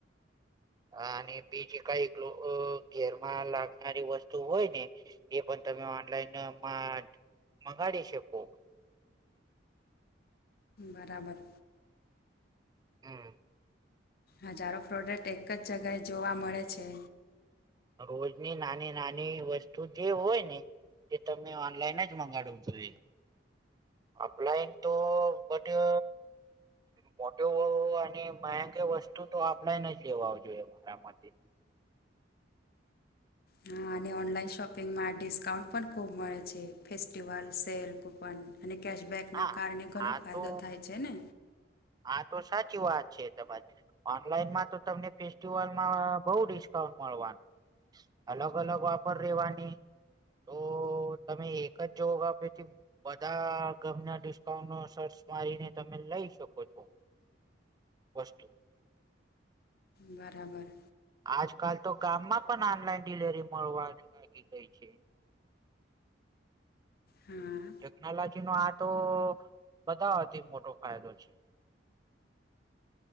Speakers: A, on the right; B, on the left.
A: અને બીજી કઈક લોકો ઘેરમાં લાવનારી વસ્તુ હોય ને એ પણ તમે ઓનલાઈન માં મંગાડી શકો
B: બરાબર
A: હમ્મ.
B: હજારો પ્રોડક્ટ એક જ જગ્યાએ જોવા મળે છે.
A: રોજની નાની નાની વસ્તુ જે હોય ને કે તમે ઓનલાઈન જ મંગાડવું જોઈએ. ઓફલાઇન તો બધે મોટો અને ભયંકર વસ્તુ તો ઓફલાઇન જ લેવા આવજો એ મારા માટે
B: હા અને ઓનલાઈન શોપિંગમાં ડિસ્કાઉન્ટ પણ ખૂબ મળે છે ફેસ્ટિવલ સેલ પર અને કેશબેકના
A: હા
B: કારણે ઘણો ફાયદો
A: તો
B: થાય છે ને
A: હા તો સાચી વાત છે તમારી ઓનલાઈનમાં તો તમને ફેસ્ટિવલમાં બઉં ડિસ્કાઉન્ટ મળવાનુ અલગ અલગ ઓફર રેવાની તો તો તમે એક જ જોગા પરથી બધા ગામના ડિસ્કાઉન્ટ નો સર્ચ મારીને તમે લઈ શકો. ઓછું વસ્તુ
B: બરાબર
A: આજકાલ તો ગામમાં પણ ઓનલાઈન ડિલીવરી મળવા ની લાગી ગઈ છે
B: હા હા.
A: ટેકનોલોજી નો આ તો બધાવાથી મોટો ફાયદો છે.